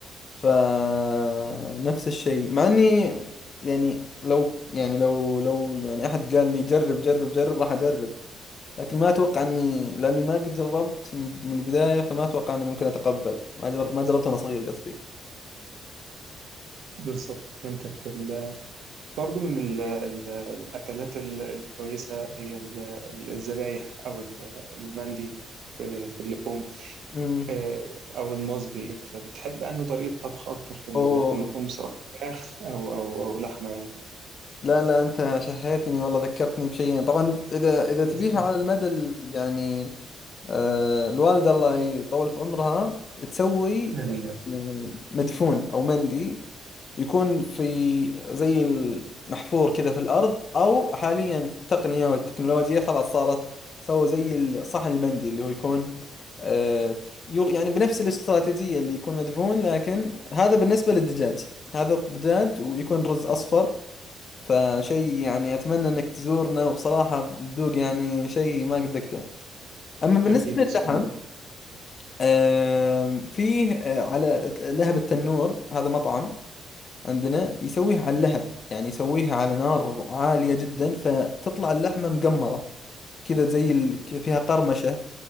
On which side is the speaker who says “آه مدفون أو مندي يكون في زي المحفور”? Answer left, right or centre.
Left